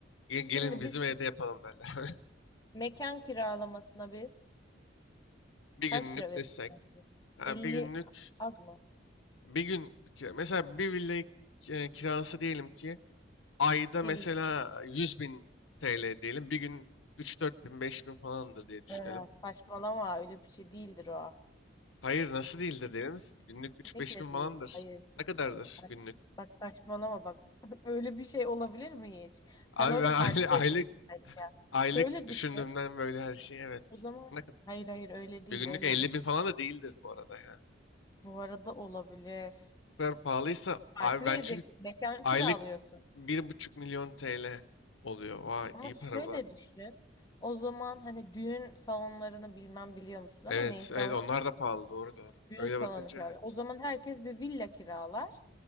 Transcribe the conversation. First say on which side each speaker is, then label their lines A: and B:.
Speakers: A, on the left; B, on the left.
A: "Ge-
B: şimdi
A: Gelin bizim
B: biz
A: evde yapalım derler. <laughs>
B: mekan kiralamasına biz
A: Bir
B: kaç
A: günlük
B: lira veririz
A: desek.
B: sence?
A: Ha,
B: elli
A: bir günlük
B: az mı?
A: bir gün ki- mesela bir villa kirası diyelim ki ayda
B: elli
A: mesela 100 bin TL diyelim. Bir gün 3-4 bin, 5 bin falandır diye düşünelim.
B: Ee, saçmalama öyle bir şey değildir o.
A: Hayır nasıl değildir diyelim. Günlük 3-5
B: Kesinlikle
A: bin
B: değil.
A: falandır.
B: Hayır.
A: Ne kadardır
B: Saç,
A: günlük?
B: bak saçmalama bak. <laughs> Öyle bir şey olabilir mi hiç? Sen
A: Abi
B: orada
A: ben <laughs> aile-
B: parti
A: aylık
B: vereceksin belki ya.
A: aylık
B: Şöyle
A: düşündüğümden
B: düşün.
A: böyle her şey evet.
B: O zaman
A: Ne kadar?
B: hayır hayır öyle değil
A: Bir günlük
B: öyle
A: 50
B: değil.
A: bin falan da değildir bu arada ya.
B: Bu arada olabilir.
A: Bu kadar pahalıysa abi
B: Parti vereceksin.
A: ben çünkü
B: Mekan
A: aylık
B: kiralıyorsun.
A: bir buçuk milyon TL oluyor. Vay
B: Ama
A: iyi
B: şöyle
A: para var.
B: düşün. O zaman hani düğün salonlarını bilmem biliyor musun
A: Evet,
B: ama ne insanlar
A: evet onlar da pahalı doğru doğru.
B: düğün
A: Öyle
B: salonu
A: bakınca
B: kiralar.
A: evet.
B: O zaman herkes bir villa kiralar.